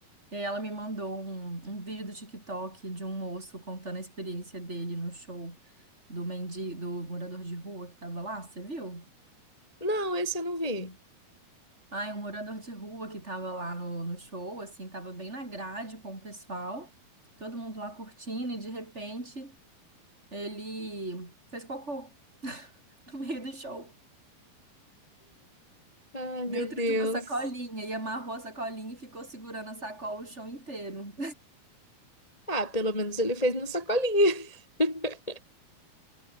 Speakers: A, on the right; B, on the left.
A: E aí ela me mandou um, um vídeo do TikTok de um moço contando a experiência dele no show do mendi, do morador de rua que tava lá, você viu?
B: Não, esse eu não vi.
A: Ai, um morador de rua que tava lá no, no show, assim, tava bem na grade com o pessoal, todo mundo lá curtindo, e de repente ele fez cocô <laughs> no meio do show
B: Ai,
A: dentro
B: meu Deus.
A: de uma sacolinha e amarrou a sacolinha e ficou segurando a sacola o chão inteiro.
B: Ah, pelo menos ele fez na sacolinha. <laughs>